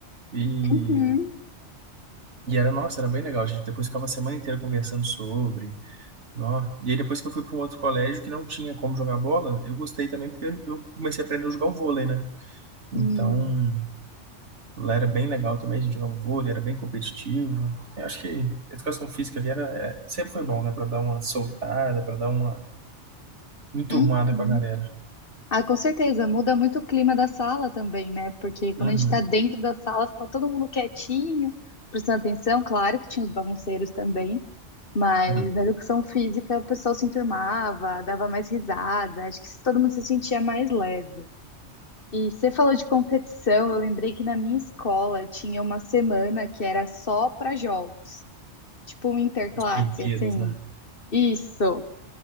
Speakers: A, on the right (about 75°); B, on the left (about 50°).
A: E,
B: Uhum.
A: e era, nossa, era bem legal. A gente depois ficava a semana inteira conversando sobre. Nó. E aí depois que eu fui para um outro colégio que não tinha como jogar bola, eu gostei também porque eu eu comecei a aprender a jogar o vôlei, né? Então,
B: Hum.
A: lá era bem legal também, a gente jogava vôlei, era bem competitivo. Eu acho que a educação física ali era, é, sempre foi bom, né? Para dar uma soltada, para dar uma enturmada
B: Uhum.
A: com a galera.
B: Ah, com certeza, muda muito o clima da sala também, né? Porque quando
A: Uhum.
B: a gente tá dentro da sala, fica todo mundo quietinho, prestando atenção. Claro que tinha os bagunceiros também, mas
A: Uhum.
B: na educação física o pessoal se enturmava, dava mais risada, acho que todo mundo se sentia mais leve. E você falou de competição, eu lembrei que na minha escola tinha uma semana que era só para jogos, tipo um interclasse,
A: As Olimpíadas,
B: assim.
A: né?
B: Isso!